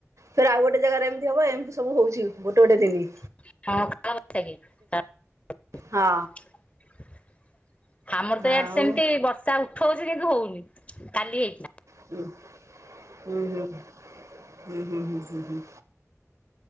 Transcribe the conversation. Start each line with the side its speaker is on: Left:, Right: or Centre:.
Right: ଫେରେ ଆଉ ଗୋଟେ ଜାଗାରେ ଏମିତି ହବ ଏମିତି ସବୁ ହୋଉଛି ଗୋଟେ ଗୋଟେ ଦିନି।
Left: <unintelligible>
Right: ହଁ
Left: ଆମର ତ ଇଆଡ଼େ
Right: ଆଉ
Left: ସେମିତି ବର୍ଷା ଉଠୋଉଛି କିନ୍ତୁ ହଉନି କାଲି ହେଇଥିଲା।
Right: ହୁଁ ହୁଁ ହୁଁ ହୁଁ ହୁଁ ହୁଁ ହୁଁ ହୁଁ।